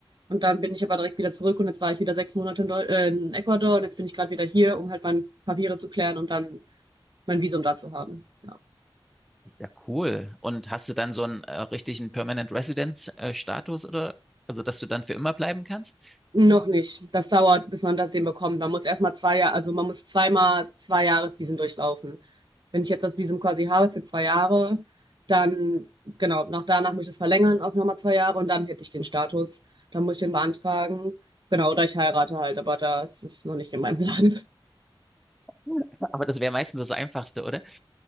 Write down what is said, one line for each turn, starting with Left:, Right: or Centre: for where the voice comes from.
Right: Und dann bin ich aber direkt wieder zurück und jetzt war ich wieder sechs Monate in, Deu äh, in Ecuador und jetzt bin ich gerade wieder hier, um halt meine Papiere zu klären und dann mein Visum da zu haben. Ja.
Centre: Ist ja cool. Und hast du dann so einen äh, richtigen Permanent Residence äh, Status oder, also dass du dann für immer bleiben kannst?
Right: Noch nicht. Das dauert, bis man das den bekommt. Man muss erstmal zwei Jahre, also man muss zweimal zwei Jahresvisen durchlaufen. Wenn ich jetzt das Visum quasi habe für zwei Jahre, dann, genau, nach danach muss ich das verlängern auf nochmal zwei Jahre und dann hätte ich den Status. Dann muss ich den beantragen. Genau, oder ich heirate halt, aber das ist noch nicht in meinem Plan.
Centre: Cool. Aber das wäre meistens das Einfachste, oder?